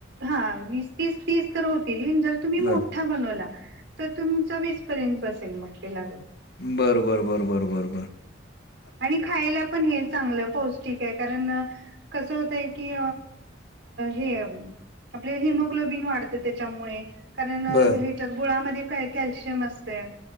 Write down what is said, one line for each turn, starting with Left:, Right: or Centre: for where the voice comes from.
Right: हां वीस तीस तीस तरं होतील तरं तुम्हीं
Left: बर
Right: मोठां बनवंला तरं तुम्हींचा वीस पर्यंत बसेल मंग ते लांडू
Left: बरं बरं बरं बरं बरं बरं
Right: आणि खांयला पणं हेचं चांगलं पौष्टिक आहे कारणं कसं होतंय की हे आपले हिमोग्लोबिन वाढतें त्यांच्यामुळे कारणं
Left: बर
Right: ह्यांच्यात गुळांमध्यें कायं कॅल्शियम असतें